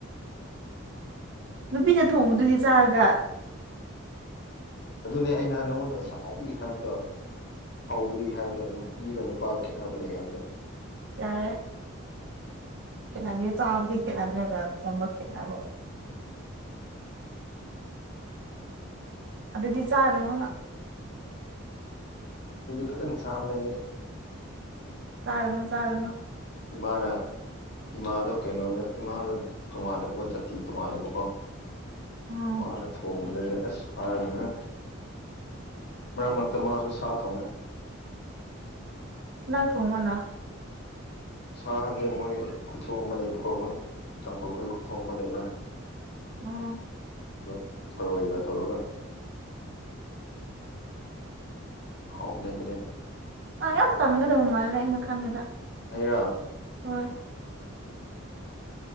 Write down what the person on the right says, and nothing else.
ꯅꯨꯄꯤꯅ ꯊꯣꯡꯕꯗꯨꯗꯤ ꯆꯥꯔꯒ
ꯌꯥꯔꯦ ꯈꯦꯠꯅꯗꯦ ꯆꯥꯕꯗꯤ ꯈꯦꯠꯅꯗ꯭ꯔꯒ ꯊꯣꯕ ꯈꯦꯠꯅꯕ ꯑꯗꯨꯗꯤ ꯆꯂꯉ
ꯆꯥꯔꯅ ꯆꯥꯔꯅ
ꯎꯝ
ꯅꯪ ꯊꯣꯡꯉꯣꯅ
ꯎ
ꯑꯥ ꯌꯥꯝ ꯀꯟꯒꯗꯕ ꯃꯥꯜꯂꯦ ꯑꯩꯅ ꯈꯟꯕꯗ
ꯍꯣꯏ